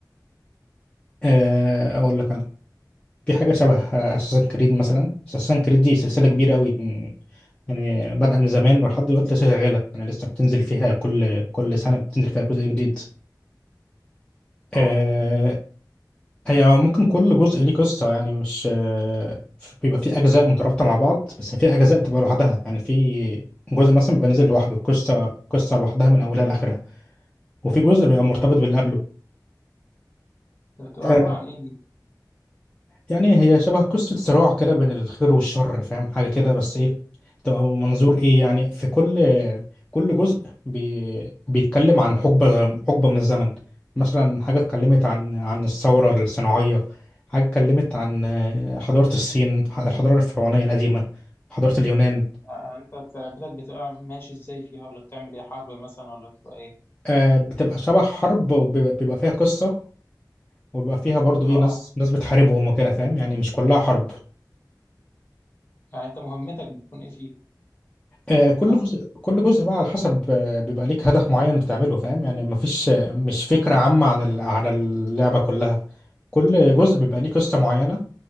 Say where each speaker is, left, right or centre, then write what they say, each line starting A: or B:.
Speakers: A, on the left; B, on the left.
A: آه اقول لك انا في حاجه شبه اساسن كريد مثلا اساسن كريد دي سلسله كبيره قوي يعني بادئه من زمان ولحد دلوقتي لسه شغاله يعني لسه بتنزل فيها كل كل سنه بتنزل فيها جزء جديد
B: اه
A: آه، هي ممكن كل جزء ليه قصه يعني مش آه، بيبقى في اجزاء مترابطه مع بعض بس في اجزاء بتبقى لوحدها يعني في جزء مثلا بيبقى نازل لوحده قصه قصه لوحدها من اولها لاخرها وفي جزء بيبقى مرتبط باللي قبله
B: ده بتبقى
A: آه،
B: عباره عن ايه دي
A: يعني هي شبه قصة صراع كده بين الخير والشر فاهم حاجة كده بس ايه بتبقى منظور ايه يعني في كل كل جزء بي... بيتكلم عن حقبة حقبة من الزمن مثلا حاجة اتكلمت عن عن الثورة الصناعية حاجة اتكلمت عن آه، حضارة الصين الحضارة الفرعونية القديمة حضارة اليونان
B: آه، يعني انت لعبتك بتبقى ماشي ازاي فيها ولا بتعمل ايه حرب مثلا ولا بتبقى ايه
A: آه، بتبقى شبه حرب وبيبقى بيبقى فيها قصة وبيبقى فيها برضو ايه
B: اه
A: ناس
B: اه
A: ناس بتحاربهم وكده فاهم يعني مش كلها حرب
B: يعني انت مهمتك بتكون ايه فيها
A: آه، كل
B: مثلا
A: جزء كل جزء بقى على حسب آه، بيبقى ليك هدف معين بتعمله فاهم يعني مفيش آه، مش فكرة عامة عن ال- على اللعبة كلها كل جزء بيبقى ليه قصة معينة